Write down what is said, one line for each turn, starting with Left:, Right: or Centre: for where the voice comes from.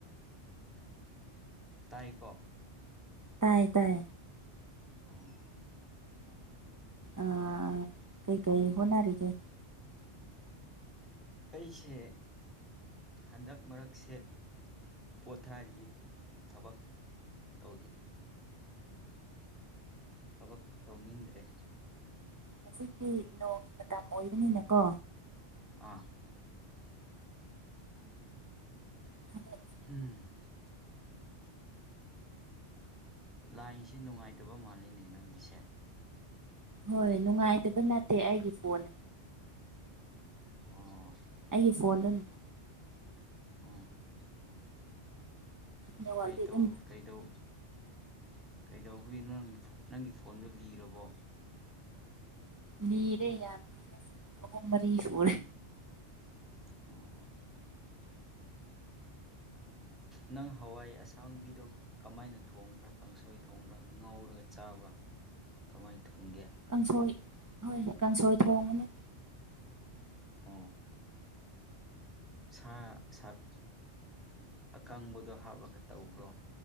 Centre: ꯇꯥꯏꯀꯣ
Right: ꯇꯥꯏ ꯇꯥꯏ
Centre: ꯎꯝ
Right: ꯑ ꯀꯩꯀꯩ ꯍꯣꯠꯅꯔꯤꯒꯦ
Centre: ꯑꯩꯁꯦ ꯍꯟꯗꯛ ꯃꯔꯛꯁꯦ ꯄꯣꯊꯥꯔꯤ ꯊꯕꯛ ꯇꯧꯗꯦ ꯊꯕꯛ ꯇꯧꯅꯤꯡꯗ꯭ꯔꯦ
Right: ꯍꯧꯖꯤꯛꯇꯤ ꯅꯣꯡ ꯃꯇꯝ ꯑꯣꯏꯕꯅꯤꯅꯀꯣ
Centre: ꯑꯥ
Right: ꯊꯕꯛ
Centre: ꯎꯝ ꯂꯥꯏꯁꯤ ꯅꯨꯡꯉꯥꯏꯇꯕ ꯃꯥꯜꯂꯤꯅꯦ ꯅꯪꯒꯤꯁꯦ
Right: ꯍꯣꯏ ꯅꯨꯡꯉꯥꯏꯇꯕ ꯅꯠꯇꯦ ꯑꯩꯒꯤ ꯐꯣꯟ
Centre: ꯑꯣ
Right: ꯑꯩꯒꯤ ꯐꯣꯟꯣꯟ
Centre: ꯎꯝ
Right: ꯅꯦꯠꯋꯥꯛꯇꯤ
Centre: ꯀꯩ ꯇꯧ
Right: ꯑꯗꯨꯝ
Centre: ꯀꯩꯗꯧ ꯀꯩꯗꯧꯕꯒꯤꯅꯣ ꯅꯪꯒꯤ ꯐꯣꯟꯗꯣ ꯂꯤꯔꯕꯣ
Right: ꯂꯤꯔꯦ ꯌꯥꯝ ꯑꯍꯨꯝ ꯃꯔꯤ ꯁꯨꯔꯦ
Centre: ꯑꯣ ꯅꯪ ꯍꯋꯥꯏ ꯑꯁꯥꯡꯕꯤꯗꯣ ꯀꯃꯥꯏꯅ ꯊꯣꯡꯕ꯭ꯔꯥ ꯀꯥꯡꯁꯣꯏ ꯊꯣꯡꯕ꯭ꯔꯥ ꯉꯧꯔꯒ ꯆꯥꯕ꯭ꯔꯥ ꯀꯃꯥꯏ ꯊꯣꯡꯒꯦ
Right: ꯀꯥꯡꯁꯣꯏ ꯍꯣꯏ ꯀꯥꯡꯁꯣꯏ ꯊꯣꯡꯉꯅꯤ
Centre: ꯎ ꯁꯥ ꯁꯥꯛ ꯑꯀꯪꯕꯗꯣ ꯍꯥꯞꯄꯒ ꯇꯧꯕ꯭ꯔꯣ